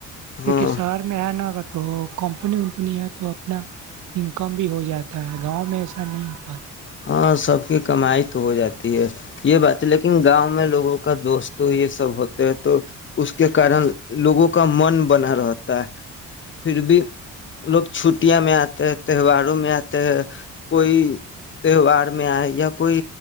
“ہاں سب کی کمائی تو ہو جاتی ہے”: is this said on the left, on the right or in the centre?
Left